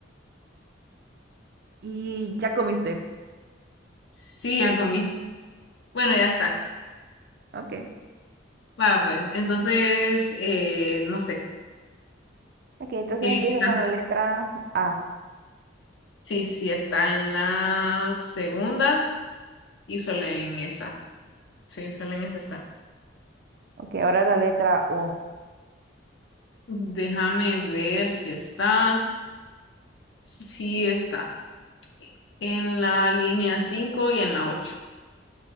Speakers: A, on the right; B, on the left.
A: Y ya comiste.
B: sí, ya comí. Bueno, ya está.
A: Ok.
B: Va, pues. Entonces, eh, no sé.
A: Ok, entonces
B: Eh,
A: empiezo
B: empieza.
A: con la letra A.
B: Sí, sí, está en la segunda y solo en esa. Sí, solo en esa está.
A: Ok, ahora la letra O.
B: Déjame ver si está. Sí sí está. en la línea 5 y en la 8.